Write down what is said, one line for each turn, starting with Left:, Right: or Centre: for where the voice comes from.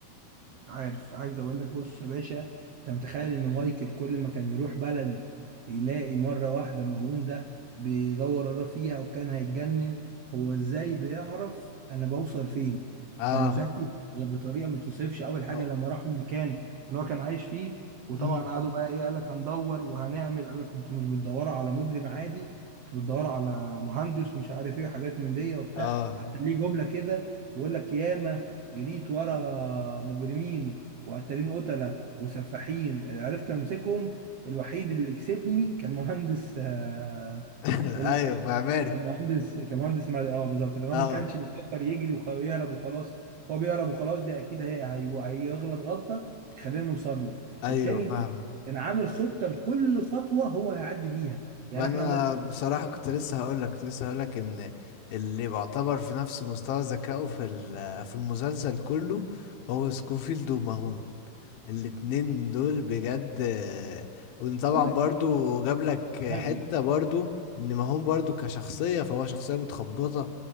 Right: عارف عايز اقول لك بص يا باشا انت متخيل ان مايكل كل ما كان يروح بلد يلاقي مرة واحدة مهون ده بيدور وراه فيها وكان هيتجنن هو ازاي بيعرف انا بوصل فين
Left: اه
Right: كان ذكي بطريقة ما توصفش اول حاجة
Left: اه
Right: لما راح المكان اللي هو كان عايش فيه وطبعا
Left: امم.
Right: قعدوا بقى ايه قال لك هندور وهنعمل قال لك كنتوا مش بتدوروا على مجرم عادي كنتوا بتدوروا على مهندس مش عارف ايه وحاجات من دي وبتاع
Left: اه
Right: حتى ليه جملة كده بيقول لك ياما جريت ورا مجرمين وقتالين قتلة وسفاحين عرفت امسكهم الوحيد اللي كسبني كان مهندس آه،
Left: <laughs>
Right: والمعيد
Left: ايوه معماري
Right: كان مهندس كان مهندس مد- اه بالظبط لان هو
Left: اه
Right: ما كانش بيفكر يجري وخ- ويهرب وخلاص فهو بيهرب وخلاص دي اكيد هي هي- هيغلط غلطة تخلينا نوصل له
Left: ايوه
Right: التاني
Left: فاهم
Right: ده كان عامل خطة لكل خطوة هو هيعدي بيها يعني
Left: ما انا
Right: احنا هنطلع
Left: بصراحه كنت لسه هقول لك كنت لسه هقول لك ان اللي بيعتبر في نفس مستوى ذكائه في ال- في المسلسل كله هو سكوفيلد وماهون الاتنين دول بجد آه، وطبعا
Right: بقول لك
Left: برضو
Right: ايه
Left: جاب لك
Right: مجهول
Left: حته برضو ان ماهون برضو كشخصيه فهو شخصيه متخبطه